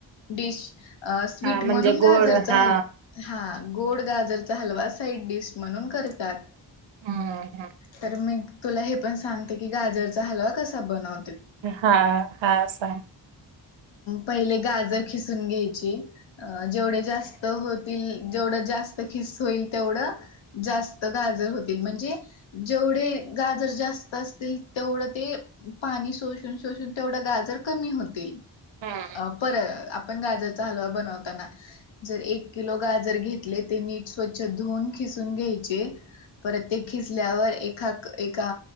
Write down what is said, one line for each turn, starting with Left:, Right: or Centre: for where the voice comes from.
Left: डिश अ स्वीट
Right: हा म्हणजे
Left: म्हणून
Right: गोड
Left: गाजर चालं
Right: हा
Left: हा गोड गाजरचा हलवा साईड डिश म्हणून करतात.
Right: हम्म हम्म.
Left: तर मी <unintelligible> तुला हे पण सांगते की गाजरचा हलवा कसा बनवत
Right: हा हा सां <unintelligible>
Left: पहिले गाजर खिसून घ्यायची जेवढे जास्त होतील जेवढं जास्त खिस होईल तेवढं जास्त गाजर होतील म्हणजे जेवढे गाजर जास्त असतील तेवढं ते पाणी शोषून शोषून तेवढं गाजर कमी होत ते <unintelligible>
Right: हम्म
Left: अ पर आप <unintelligible> ण गाजरचा हलवा बनवताना जर एक किलो गाजर घेतले ते नीट स्वच्छ धुून खिसून घ्यायचे परत ये खिसल्यावर एका- एका